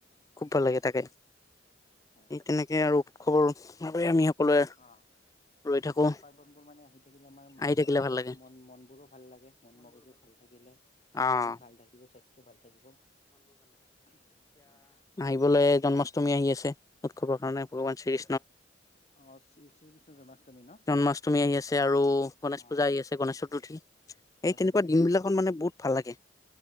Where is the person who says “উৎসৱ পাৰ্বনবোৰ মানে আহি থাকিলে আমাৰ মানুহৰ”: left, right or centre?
Left